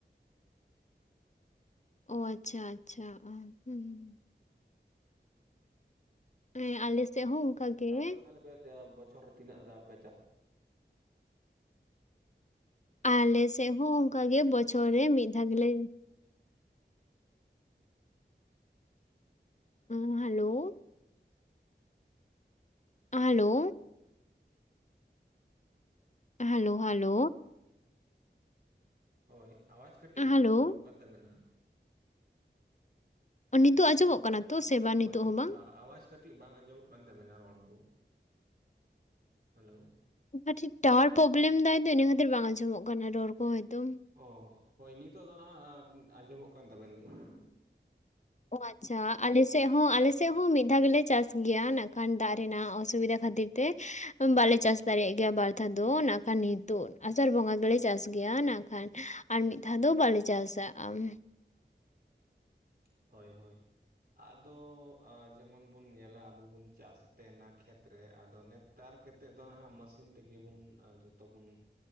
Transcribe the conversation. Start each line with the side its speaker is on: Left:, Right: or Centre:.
Left: ᱚᱸ ᱟᱪᱪᱷᱟ ᱟᱪᱪᱷᱟ, ᱦᱚᱸ᱾ ᱦᱮᱸ, ᱟᱞᱮ ᱥᱮᱜ ᱦᱚᱸᱚᱱᱠᱟ ᱜᱮ, ᱦᱮᱸ᱾
Right: ᱛᱟᱦᱚᱞᱮ ᱵᱚᱪᱷᱚᱨ ᱨᱮ ᱛᱤᱱᱟᱹᱜ ᱫᱷᱟᱣ ᱯᱮ ᱪᱟ
Left: ᱟᱞᱮᱥᱮᱫ ᱦᱚᱸ ᱚᱱᱠᱟ ᱜᱮ ᱵᱚᱪᱷᱚᱨ ᱨᱮ ᱢᱤᱫ ᱫᱷᱟᱣ ᱜᱮᱞᱮ ᱩᱸ ᱦᱟᱞᱳ ᱦᱟᱞᱳ ᱦᱟᱞᱳ ᱦᱟᱞᱳ
Right: ᱦᱳᱭ ᱟᱣᱟᱡ ᱠᱟᱹᱴᱤᱡ
Left: ᱦᱮᱞᱳ
Right: ᱵᱟᱝ ᱟᱸᱡᱚᱢᱚᱜ ᱠᱟᱱ ᱛᱟᱵᱮᱱᱟ᱾
Left: ᱱᱤᱛᱳᱜ ᱟᱸᱡᱚᱢᱚᱜ ᱠᱟᱱᱟ? ᱛᱚ ᱥᱮ ᱵᱟᱝ
Right: ᱦᱳᱭ
Left: ᱱᱤᱛᱚᱜ ᱦᱚᱸ ᱵᱟᱝ?
Right: ᱟ-ᱟᱣᱟᱪ ᱠᱟᱴ ᱴᱤᱡ ᱵᱟᱝ ᱟᱸᱡᱚᱢᱚᱜ ᱠᱟᱱ ᱛᱟᱵᱮᱱᱟ ᱨᱚᱲ ᱠᱚ ᱦᱮᱞᱳ ᱾
Left: ᱠᱟᱹᱴᱤᱡ ᱴᱟᱣᱟᱨ ᱯᱨᱳᱵᱞᱮᱢ ᱫᱟᱭ ᱛᱮ ᱤᱱᱟᱹ ᱠᱷᱟᱛᱤᱨ ᱵᱟᱝ ᱟᱸᱡᱚᱢᱚᱜ ᱠᱟᱱᱟ ᱨᱚᱲ ᱠᱚ ᱦᱚᱭᱛᱚ
Right: ᱚ ᱦᱳᱭ ᱱᱤᱛᱳᱜ ᱫᱚ ᱱᱟᱦᱟᱜ ᱟᱸᱡᱚᱢᱚᱜ ᱠᱟᱱ ᱛᱟᱵᱮᱱ ᱜᱮᱭᱟ ᱾
Left: ᱚᱸ ᱟᱪᱷᱟ ᱟᱞᱮ ᱥᱮᱫ ᱦᱚᱸ ᱟᱞᱮ ᱥᱮᱫ ᱦᱚᱸ ᱢᱤᱫ ᱫᱷᱟᱣ ᱜᱮᱞᱮ ᱪᱟᱥ ᱜᱮᱭᱟ ᱱᱟᱜ-ᱠᱷᱟᱱ ᱫᱟᱜ ᱨᱮᱱᱟᱜ ᱚᱥᱩᱵᱤᱫᱷᱟ ᱠᱷᱟᱹᱛᱤᱨ ᱛᱮ ᱾ ᱵᱟᱞᱮ ᱪᱟᱥ ᱫᱟᱲᱮᱭᱟᱜ ᱜᱮᱭᱟ ᱵᱟᱨᱫᱷᱟᱣ ᱫᱚ ᱱᱟᱜᱠᱷᱟᱱ ᱱᱤᱛᱚᱜ ᱟᱥᱟᱲ ᱵᱚᱸᱜᱟ ᱫᱚᱞᱮ ᱪᱟᱥ ᱜᱮᱭᱟ ᱱᱟᱜ-ᱠᱷᱟᱱ ᱟᱨ ᱢᱤᱫ ᱫᱷᱟᱣ ᱫᱚ ᱵᱟᱞᱮ ᱪᱟᱥᱟ-ᱟ ᱾
Right: ᱦᱳᱭ ᱦᱳᱭ ᱟᱫᱚ ᱟ ᱡᱮᱢᱚᱱ ᱵᱚᱱ ᱧᱮᱞᱟ ᱟᱵᱚ ᱵᱚᱱ ᱪᱟᱥ ᱛᱮᱱᱟ ᱠᱷᱮᱛᱨᱮ ᱟᱫᱚ ᱱᱮᱛᱟᱨ ᱠᱮᱛᱮᱫ ᱫᱚ ᱦᱟᱸᱜ ᱢᱟᱥᱤᱱ ᱛᱮᱜᱮ ᱵᱚᱱ ᱡᱚᱛᱚᱵᱚᱱ